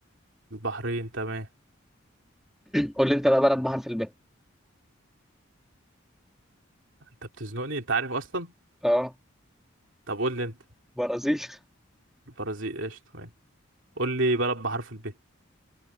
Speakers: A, on the right; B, in the centre.
A: البحرين تمام
B: قول لي انت بقى بلد بحر في الب
A: انت بتزنقني انت عارف اصلا
B: اه
A: طب قول لي انت
B: برازيل <laughs>
A: البرازيل ايش تمام قول لي بلد بحرف الب